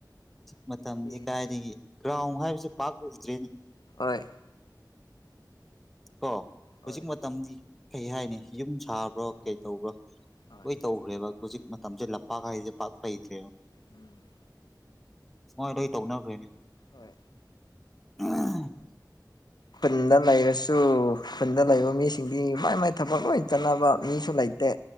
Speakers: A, in the centre; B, on the left.
A: ꯃꯇꯝꯁꯦ
B: ꯍꯧꯖꯤꯛꯇꯤ
A: ꯀꯥꯏꯗꯒꯤ ꯒ꯭ꯔꯥꯎꯟ ꯍꯥꯏꯕꯁꯦ ꯄꯥꯛ ꯎꯗ꯭ꯔꯦꯅꯤ
B: ꯍꯣꯏ
A: ꯀꯣ ꯍꯧꯖꯤꯛ
B: ꯍꯣꯏ
A: ꯃꯇꯝꯗꯤ ꯀꯩ ꯍꯥꯏꯅꯤ ꯌꯨꯝ ꯁꯥꯕ꯭ꯔꯥ ꯀꯩ ꯇꯧꯕ꯭ꯔꯥ
B: ꯍꯣꯏ
A: ꯂꯣꯏ ꯇꯧ ꯔꯦꯕ ꯍꯧꯖꯤꯛ ꯃꯇꯝꯁꯦ ꯂꯝꯄꯥꯛ ꯍꯥꯏꯁꯦ ꯄꯥꯛ ꯂꯩꯇ꯭ꯔꯦꯕ
B: ꯎꯝ
A: ꯁꯨꯃꯥꯏ ꯂꯣꯏ ꯇꯧꯅꯈ꯭ꯔꯦꯅꯦ
B: ꯍꯣꯏ
A: <unintelligible>
B: ꯈꯨꯟꯗ ꯂꯩꯔꯁꯨ ꯈꯨꯟꯗ ꯂꯩꯕ ꯃꯤꯁꯤꯡꯗꯤ ꯃꯥꯏ ꯃꯥꯏ ꯊꯕꯛ ꯂꯣꯏ ꯆꯠꯅꯕ ꯃꯤꯁꯨ ꯂꯩꯇꯦ